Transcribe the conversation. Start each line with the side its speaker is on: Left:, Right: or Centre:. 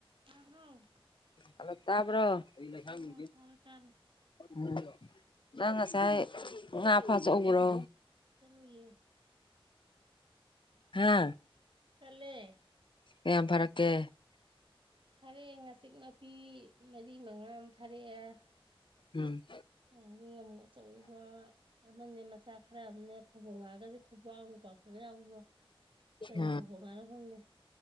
Right: ꯇꯥꯕ꯭ꯔꯣ
Left: ꯍꯂꯣ ꯇꯕꯥꯔꯣ ꯑꯩ ꯂꯩꯁꯥꯡ
Right: ꯑꯣ
Left: <unintelligible>
Right: ꯇꯥꯔꯦ ꯇꯥꯔꯦ
Left: ꯎꯝ ꯅꯪ ꯉꯁꯥꯏ ꯉꯥ ꯐꯥ ꯆꯥꯎꯕ꯭ꯔꯣ
Right: ꯆꯠꯂꯨꯏꯌꯦ
Left: ꯍꯥ
Right: ꯆꯠꯂꯦ
Left: ꯀꯌꯥꯝ ꯐꯔꯛꯀꯦ
Right: ꯐꯔꯥꯛꯑꯦ ꯉꯥꯆꯤꯛ ꯃꯄꯤ ꯃꯔꯤ ꯃꯉꯥ ꯑꯃ ꯐꯥꯔꯛꯑꯦ
Left: ꯎꯝ
Right: ꯑꯗꯥꯒꯤ ꯉꯃꯨ ꯑꯆꯧꯕ ꯑꯃꯅꯦ ꯃꯆꯥ ꯈꯔ ꯑꯃꯅꯦ ꯐꯕꯣꯡ ꯉꯥ ꯒꯥꯁꯦ ꯈꯨꯕꯥꯛ ꯃꯨꯛ ꯄꯥꯛꯄꯒ ꯌꯥꯎꯏꯕꯣ ꯀꯔꯤ
Left: ꯑꯥ
Right: ꯐꯕꯣꯡ ꯉꯥꯅꯣ ꯈꯪꯗꯦ